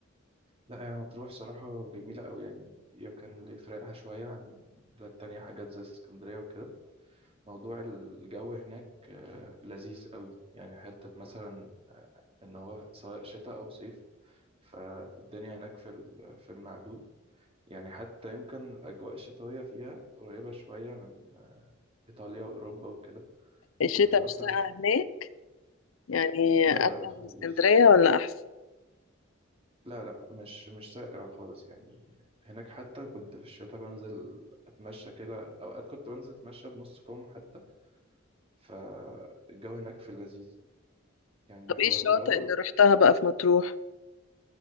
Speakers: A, on the right (about 30°); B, on the left (about 85°).
A: لا هي مطروح صراحة جميلة أوي يعني يمكن اللي يفرقها شوية عن البلاد التانية حاجات زي اسكندرية وكده موضوع الجو هناك آه، لذيذ قوي يعني حتة مثلا إن هو سواء شتاء أو صيف فالدنيا هناك في ال- في المعدول يعني حتى يمكن الأجواء الشتوية فيها قريبة شوية من إيطاليا وأوروبا وكده
B: الشتاء
A: من أكتر
B: مش ساقعة هناك يعني
A: لا
B: اتقل
A: لا خالص
B: من اسكندرية ولا احسن
A: لا لا مش مش ساقع خالص يعني هناك حتى كنت في الشتاء بنزل أتمشى كده أوقات كنت بنزل أتمشى بنص كم حتى فالجو هناك في اللذيذ يعني
B: طب ايه
A: هو
B: الشواطئ
A: طراوة
B: اللي رحتها بقى في مطروح